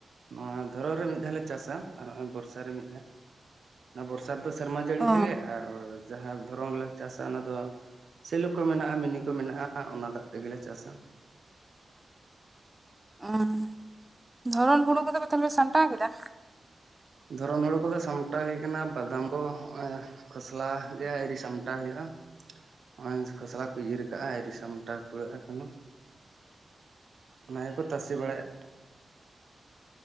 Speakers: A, on the right (about 70°); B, on the right (about 15°).
A: ᱱᱚᱣᱟ ᱫᱷᱚᱨᱚᱱ ᱨᱮ ᱢᱤᱫ ᱫᱷᱟᱣ ᱞᱮ ᱪᱟᱥᱟ ᱟᱨ ᱦᱚᱜᱚᱭ ᱵᱚᱨᱥᱟ ᱨᱮ ᱢᱤᱫ ᱫᱷᱟ᱾ ᱚᱱᱟ ᱵᱚᱨᱥᱟ ᱨᱮᱫᱚ ᱥᱮᱨᱢᱟ ᱡᱟᱹᱲᱤ
B: ᱚ
A: ᱛᱮᱜᱮ ᱟᱨ ᱡᱟᱦᱟᱸ ᱫᱷᱚᱨᱚᱱ ᱞᱮ ᱪᱟᱥᱟ ᱚᱱᱟ ᱫᱚ ᱥᱮᱞᱳ ᱠᱚ ᱢᱮᱱᱟᱜ-ᱟ ᱢᱤᱱᱤ ᱠᱚ ᱢᱮᱱᱟᱜ-ᱟ ᱚᱱᱟ ᱫᱟᱜ ᱛᱮᱜᱮᱞᱮ ᱪᱟᱥᱟ᱾
B: ᱚᱸ ᱫᱷᱚᱨᱚᱱ ᱦᱩᱲᱩ ᱠᱚᱫᱚ ᱯᱮ ᱛᱟᱦᱞᱮ ᱯᱮ ᱥᱟᱢᱴᱟᱣ ᱠᱮᱫᱟ?
A: ᱫᱷᱚᱨᱚᱱ ᱦᱩᱲᱩ ᱠᱚᱫᱚ ᱥᱟᱢᱴᱟᱣ ᱦᱩᱭ ᱠᱟᱱᱟ, ᱵᱟᱫᱟᱢ ᱠᱚ ᱦᱚᱜ-ᱚᱭ ᱠᱷᱚᱥᱞᱟ ᱜᱮ ᱟᱹᱣᱨᱤ ᱥᱟᱢᱴᱟᱣ ᱦᱩᱭᱩᱜ-ᱟ᱾ ᱦᱚᱸᱜ-ᱚᱧ ᱠᱷᱚᱥᱞᱟ ᱠᱚᱭ ᱤᱨ ᱠᱟᱜ-ᱟ ᱟᱨᱤ ᱥᱟᱢᱴᱟᱣ ᱠᱩᱲᱟᱹᱜ-ᱟ ᱮᱠᱷᱚᱱᱚ᱾ ᱚᱱᱟ ᱜᱮᱠᱚ ᱛᱟᱥᱮ ᱵᱟᱲᱟᱭᱮᱜᱼᱟ᱾